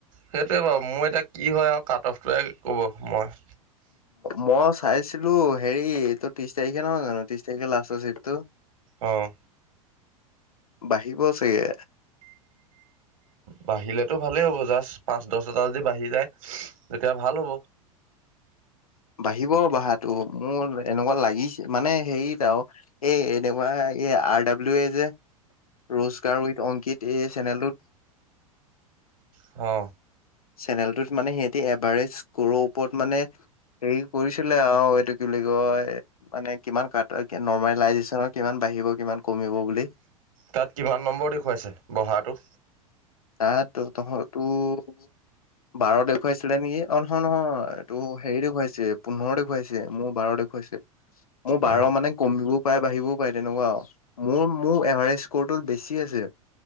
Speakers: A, on the right; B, on the left.
A: সেইটোৱে বাৰু মোৰ এতিয়া কি হয় আৰু কাট অফটোৱে ক'ব, মই
B: মই চাইছিলো হেৰি এইটো ত্ৰিশ তাৰিখে নহয় জানো, ত্ৰিশ তাৰিখে লাষ্টৰ চিটটো।
A: অঁ।
B: বাঢ়িব চাগে।
A: বাঢ়িলেতো ভালেই হ'ব জাষ্ট পাঁচ দহ হাজাৰ যদি বাঢ়ি যায়, তেতিয়া ভাল হ'ব।
B: বাঢ়িব বঢ়াটো মোৰ এনেকুৱা লাগিছে মানে হেৰিত আও এ এনেকুৱা এ আৰ ডব্লু এ যে ৰোজকাৰ উইথ অংকিত এই চেনেলটোত
A: অ।
B: চেনেলটোত মানে সিহঁতি এভাৰেষ্ট স্কোৰৰ ওপৰত মানে হেৰি কৰিছিলে আৰু এইটো কি বুলি কয় মানে কিমান কাট নৰ্মেলাইজেচনৰ কিমান বাঢ়িব কিমান কমিব বুলি।
A: তাত কিমান নম্বৰ দেখুৱাইছে বহাটো?
B: <inaudible> বাৰ দেখুৱাইছিলে নেকি, অঁ নহয় নহয় এইটো হেৰি দেখুৱাইছে পোন্ধৰ দেখুৱাইছে। চে মোৰ বাৰ দেখুৱাইছে, মোৰ বাৰ
A: অ
B: মানে কমিব পাই বাঢ়িবও পাৰে তেনেকুৱা মোৰ মোৰ এভাৰেজ স্ক'ৰটো বেছি আছে।